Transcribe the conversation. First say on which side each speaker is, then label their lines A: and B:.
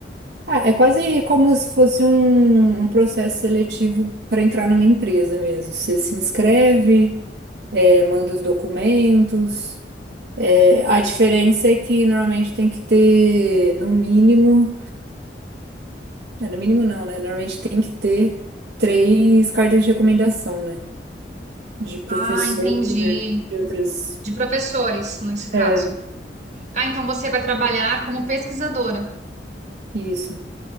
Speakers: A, on the right; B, on the right.
A: Ah, é quase como se fosse um, um processo seletivo para entrar numa empresa mesmo. Você se inscreve, é, manda os documentos. É, a diferença é que normalmente tem que ter, no mínimo, É, no mínimo não, né? Normalmente tem que ter três cartas de recomendação, né? De professor,
B: ah, entendi.
A: de outras.
B: De professores, nesse caso.
A: É,
B: Ah, então você vai trabalhar como pesquisadora.
A: isso.